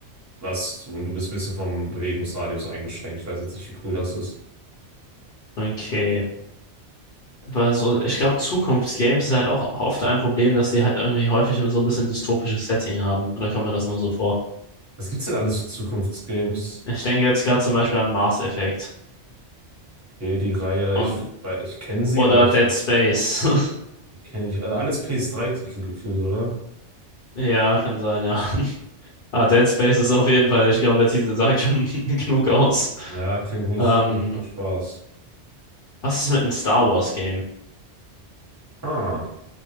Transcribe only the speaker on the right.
Was, und du bist ein bisschen vom Bewegungsradius eingeschränkt. Ich weiß jetzt nicht, wie cool das ist.
Was gibt's denn alles für Zukunftsgames?
Hier die Reihe,
ich, wei- ich kenne sie,
aber ich
kenne ich. äh, Alles PS3-Titel gefühlt, oder?
Ja, klingt nicht,
klingt nicht nach Spaß.
Ah.